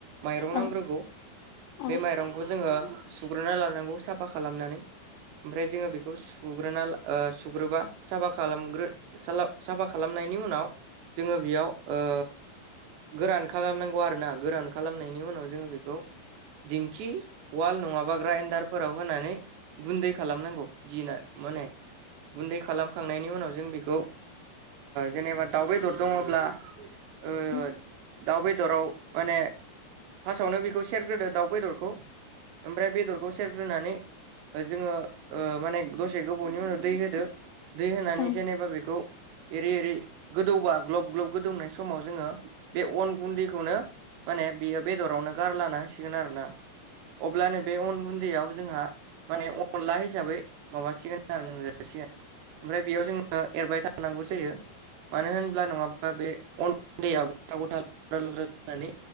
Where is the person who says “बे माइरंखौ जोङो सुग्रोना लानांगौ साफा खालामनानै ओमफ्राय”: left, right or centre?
Right